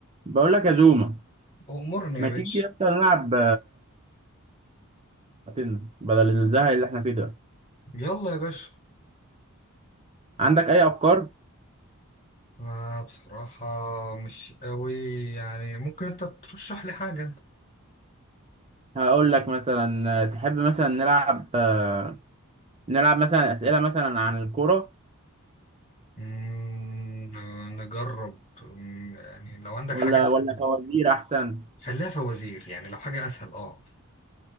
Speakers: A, on the right; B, on the left.
A: بقول لك يا زوما
B: أمرني
A: ما
B: يا باشا
A: تيجي اصلا نلعب نفسنا بدل الزهق اللي احنا فيه ده
B: يلا يا باشا
A: عندك اي افكار
B: آه بصراحة مش قوي يعني ممكن أنت ترشح لي حاجة أنت
A: هقول لك مثلا آه، تحب مثلا نلعب آه، نلعب مثلا اسئله مثلا عن الكوره
B: مم، آه، نجرب مم، يعني لو عندك
A: ولا
B: حاجة أسهل
A: ولا فوازير احسن
B: خليها فوازير يعني لو حاجة أسهل أه